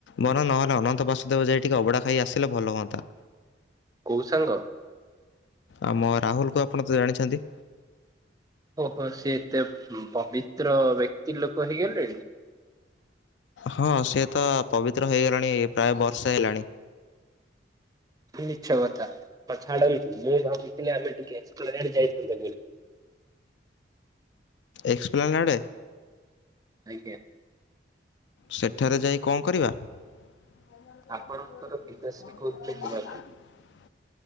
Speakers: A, on the left; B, on the right.
A: ବନ ନହେଲେ ଅନନ୍ତ ବାସୁଦେବ ଯାଇ ଟିକେ ଅବଡା ଖାଇ ଆସିଲେ ଭଲ ହୁଅନ୍ତା।
B: କୋଉ ସାଙ୍ଗ?
A: ଆ ମୋ ରାହୁଲ କୁ ଆପଣ ତ ଜାଣିଛନ୍ତି?
B: ଓହୋ ସିଏ ଏତେ ପବିତ୍ର ବ୍ୟକ୍ତି ଲୋକ ହେଇଗଲେଣି?
A: ହଁ ସିଏ ତ ପବିତ୍ର ହେଇଗଲାଣି ପ୍ରାୟ ବର୍ଷା ହେଲାଣି।
B: ମିଛ କଥା ଆ ଛାଡ଼ନ୍ତୁ ମୁଁ ଭାବୁଥିଲି ଆମେ ଟିକେ <inaudible> ଯାଇଥାନ୍ତେ ବୋଲି।
A: ଏକ୍ସପ୍ଲେଣ୍ଡ ଆଡ଼େ?
B: ଆଜ୍ଞା।
A: ସେଠାରେ ଯାଇ କଣ କରିବା? <unintelligible>
B: ଆପଣଙ୍କର ପିତାଶ୍ରୀ କହୁଥିଲେ ଯିବା ପାଇଁ।